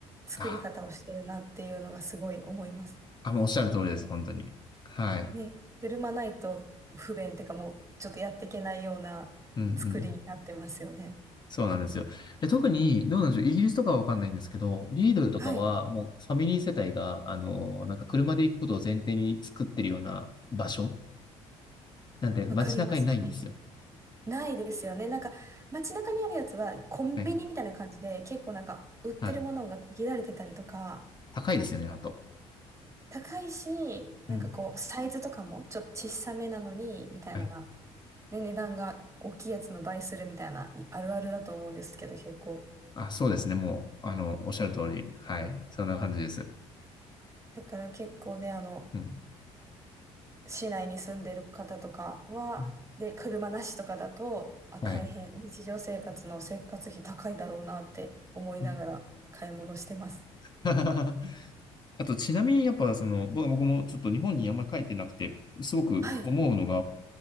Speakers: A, on the right; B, on the left.
A: 作り方をしてるなっていうのがすごい思います。
B: あ、あ、もうおっしゃる通りです。本当に。はい。
A: ね、車ないと不便っていうかもうちょっとやっていけないような作りになってますよね。
B: うんうん。そうなんですよ。で、特に、どうなんでしょう。イギリスとかはわかんないんですけど、リードルとかはもうファミリー世帯が、
A: はい、
B: あの、なんか車で行くことを前提に作ってるような場所なんで街中にないんですよ。
A: わかります。はい。ないですよね。なんか街中にあるやつはコンビニみたいな感じで結構なんか売ってるものが限られてたりとか、
B: ね。はい。高いですよね、あと。
A: 高いし、なんかこう、
B: うん。
A: サイズとかもちょっと小さめなのに、みたいな、
B: はい。
A: ね、値段が大きいやつの倍するみたいな、いあるあるだと思うんですけど、結構。
B: あ、そうですね。もう、あの、おっしゃる通り。はい。そんな感じです。
A: だから結構ね、あの、
B: うん。
A: 市内に住んでる方とかは、
B: はい。
A: で、車なしとかだと、あ、
B: はい。
A: 大変、日常生活の生活費高いだろうなって思いながら買い物してます。
B: うん <laughs> あと、ちなみに、やっぱ、その、僕僕もちょっと日本にあんまり帰ってなくて、すごく思うのが、
A: はい、